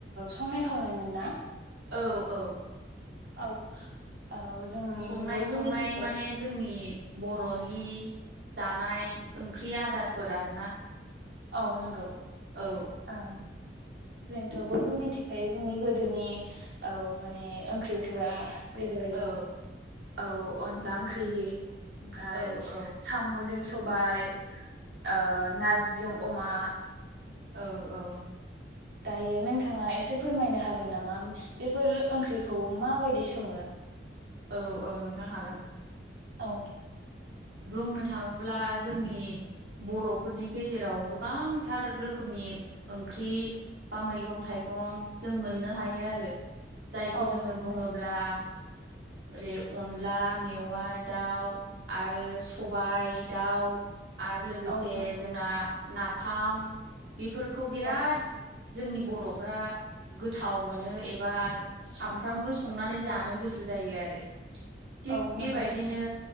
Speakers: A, on the right; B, on the right.
A: संनाय खावनायमोनना?
B: औ औ
A: औ। औ जों
B: संनाय
A: बयबो
B: खावनाय
A: मिथिखायो
B: माने जोंनि बर'नि जानाय ओंख्रि आदारफोर आरोना।
A: औ नंगौ
B: औ
A: ओ जोंथ' बयबो मिथि खायो जोंनि गोदोनि औ माने ओंख्रिफोरा जेरै
B: औ
A: औ अ'नला ओंख्रि ओमफाय
B: औ औ
A: साम'जों सबाय ओ नारजिजों अमा।
B: औ औ।
A: दायो नोंथाङा एसे फोरमायनो हागोन नामा बेफोर ओंख्रिखौ माबायदि सङो?
B: औ औ नोंथां हागोन।
A: औ।
B: बुंनो थाङोब्ला जोंनि बर'फोरनि गेजेराव गोबांथार रोखोमनि ओंख्रि बा मैगं थाइगं जों मोननो हायो आरो। जायखौ
A: औ
B: जोङो
A: नोंथां
B: बुङोब्ला ओरै अ'न ला मेवाइ दाउ आरो सबाय दाउ। आरो लोगोसे
A: औ नंगौ
B: जोंना नाफाम बेफोरखौ बिराद
A: औ
B: जोंनि बर'फ्रा गोथाव मोनो एबा सामफ्रामबो संनानै जानो गोसो जायो आरो। थिग
A: औ
B: बेबायदिनो
A: नंगौ नोंथां